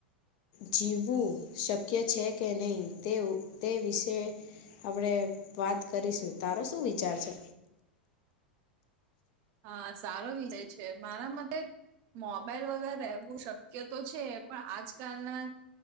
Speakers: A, on the left; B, on the right.
A: જીવવું શક્ય કે તે તે વિશે. આપણે વાત કરીશું તારો શું વિચાર છે.
B: હા સારો વિષય છે મારા માટે. મોબાઈલ વગર રહેવું શક્ય તો છે પણ આજકાલના.